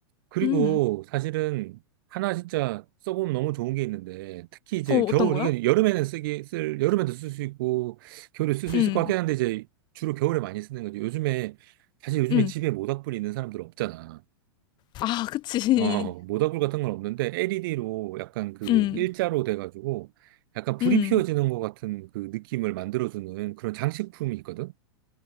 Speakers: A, on the right; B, on the left.
A: 그리고
B: 음.
A: 사실은 하나 진짜 써보면 너무 좋은 게 있는데, 특히 이제
B: 어,
A: 겨울,
B: 어떤 거야?
A: 이게 여름에는 쓰기, 쓸, 여름에도 쓸 수 있고, 겨울에 쓸 수
B: 음,
A: 있을 것 같긴 한데, 이제 주로 겨울에 많이 쓰는 거지. 요즘에, 사실 요즘에
B: 음.
A: 집에 모닥불이 있는 사람들 없잖아.
B: 아, 그치.
A: 어, 모닥불 같은 건 없는데 LED로 약간
B: <laughs>
A: 그
B: 음,
A: 일자로 돼가지고 약간 불이
B: 음.
A: 피어지는 것 같은 그 느낌을 만들어주는 그런 장식품이 있거든.